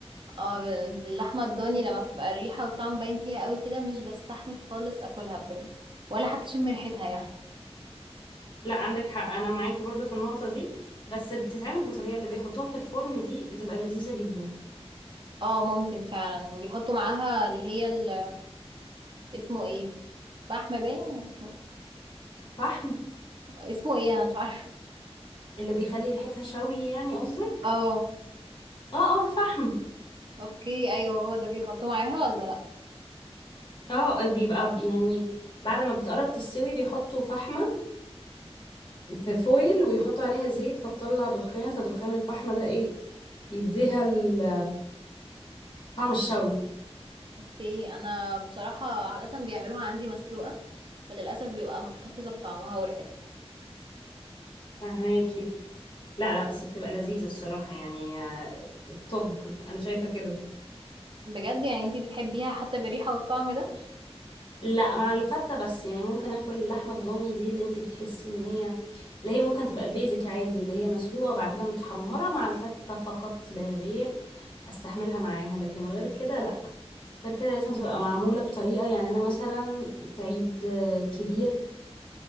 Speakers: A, on the right; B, on the left.
A: اه اللحمة الضاني لما بتبقى الريحة والطعم باين فيها قوي كده مش بستحمل خالص أكلها بجد ولا حتى أشم ريحتها يعني
B: لا عندك حق انا معاكي برضو في النقطة دي بس بتتعمل بطريقة اللي بيحطوها في الفرن دي بتبقى لذيذة جدا
A: اه ممكن فعلا وبيحطوا معاها اللي هي ال... اسمه ايه فحم باين اسمه
B: فحم
A: اسمه ايه أنا مش عارفة
B: اللي بيخلي ريحتها شوي يعني قصدك
A: اه
B: اه اه الفحم
A: اوكي ايوه هو ده بيحطوه معاها ولا لأ
B: اه بيبقى ب- يعني بعد ما بتقرب تستوي بيحطوا فحمة في فويل ويحطوا عليها زيت فتطلع دخان فدخان الفحمة ده ايه يديها ال- طعم الشوي
A: اوكي انا بصراحه عاده بيعملوها عندي مسلوقه فللاسف بيبقى محتفظه بطعمها وريحتها
B: فهماكي لا لا بس بتبقى لذيذة الصراحة يعني آه، التوب انا شايفة كده
A: بجد يعني انتي بتحبيها حتى بالريحه والطعم ده
B: لا مع الفتة بس يعني ممكن اكل اللحمة الضاني دي اللي انتي بتحسي ان هي اللي هي ممكن تبقى البيزك عادي اللي هي مسلوقة وبعد كده متحمرة مع الفتة فقط لا غير استحملها معاها لكن غير كده لا غير كده لازم تبقى معمولة بطريقة يعني انا مثلا في عيد آه، كبير